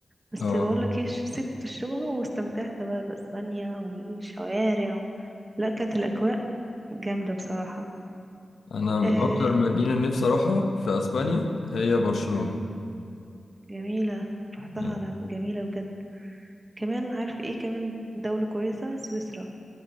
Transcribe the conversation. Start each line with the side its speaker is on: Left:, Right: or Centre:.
Right: بس
Left: أه
Right: بقولك ايه سبت الشغل واستمتعت بقى باسبانيا والشوارع و... لا كانت الاجواء جامدة بصراحة
Left: أنا
Right: آه...
Left: أكتر مدينة نفسي أروحها في أسبانيا هي برشلونة
Right: مم، جميلة رحتها
Left: يعني
Right: انا جميلة بجد كمان عارف ايه كمان دولة كويسة سويسرا